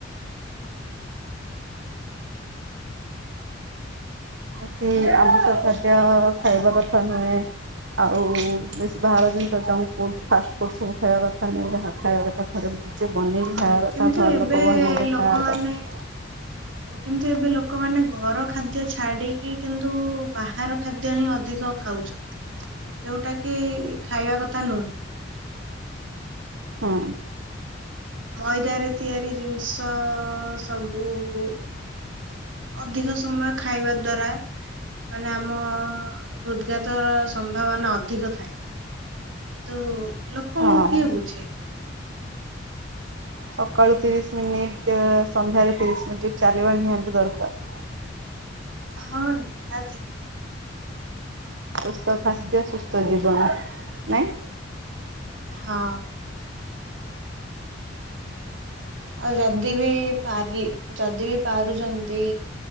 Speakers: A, on the right; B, on the right.
A: ସେ ଆମ ସହଜ ଖାଇବା କଥା ନୁହେଁ। ଆଉ ବେଶୀ ବାହାର ଜିନିଷ ଜଙ୍କଫୁଡ଼ ଫାଷ୍ଟଫୁଡ଼ ସବୁ ଖାଇବା କଥା ନୁହେଁ ଯାହା ଖାଇବା କଥା ଘରେ ବନେଇକି
B: ହଁ
A: ଖାଇବା କଥା
B: କିନ୍ତୁ
A: ଘର
B: ଏବେ
A: ଲୋକ ବନେଇଲେ
B: ଲୋକମାନେ
A: ଖାଇବା କଥା।
B: କିନ୍ତୁ ଏବେ ଲୋକମାନେ ଘର ଖାଦ୍ୟ ଛାଡିକି କିନ୍ତୁ ବାହାର ଖାଦ୍ୟ ହିଁ ଅଧିକ ଖାଉ ଛତି ଯୋଉଟା କି ଖାଇବା କଥା ନୁ
A: ହଁ।
B: ମଇଦାରେ ତିଆରି ଜିନିଷ ସବୁକୁ ଅଧିକ ସମୟ ଖାଇବା ଦ୍ଵାରା ମାନେ ଆମ ହୃଦଘାତର ସମ୍ଭାବନା ଅଧିକ ଥାଏ। କିନ୍ତୁ ଲୋକଙ୍କୁ
A: ହଁ।
B: କିଏ ବୁଝେ?
A: ସକାଳୁ ତିରିଶ ମିନିଟ୍ ସନ୍ଧ୍ୟାରେ ତିରିଶ ମିନିଟ ଚାଲିବା ନିହାତି ଦରକାର।
B: ହଁ ନିହାତି।
A: ସୁସ୍ଥ ଖାଦ୍ୟ ସୁସ୍ଥ ଜୀବନ ନାଇଁ।
B: ହଁ। ଆଉ ଯଦି ବି ପାରି ଯଦି ବି ପାରୁଛନ୍ତି।